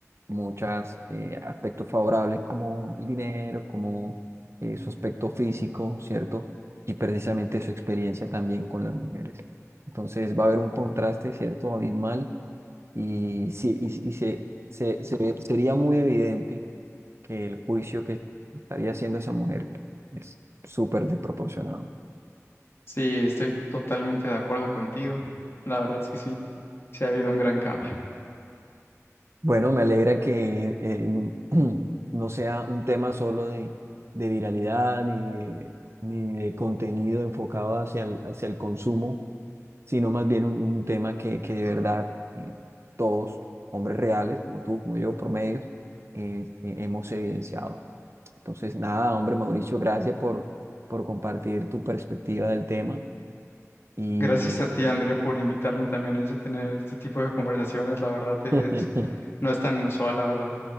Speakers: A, on the right (about 55°); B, on the left (about 50°).
A: muchos aspectos favorables como el dinero, como eh, su aspecto físico, ¿cierto? Y precisamente su experiencia también con las mujeres. Entonces va a haber un contraste, ¿cierto? Abismal y, sí, y, y se, se- se ve- sería muy evidente que el juicio que estaría haciendo esa mujer es súper desproporcionado.
B: Sí, estoy totalmente de acuerdo contigo. La verdad es que sí, sí ha habido un gran cambio.
A: Bueno, me alegra que eh, <clears throat> no sea un tema solo de, de viralidad ni, ni de contenido enfocado hacia el, hacia el consumo, sino más bien un, un tema que, que de verdad eh, todos, hombres reales, como tú, como yo, promedios, eh, eh, hemos evidenciado. Entonces, nada, hombre, Mauricio, gracias por, por compartir tu perspectiva del tema y
B: Gracias a ti, André, por invitarme también a ese- tener este tipo de conversaciones. La verdad es,
A: <laughs>
B: no es tan inusual, la verdad.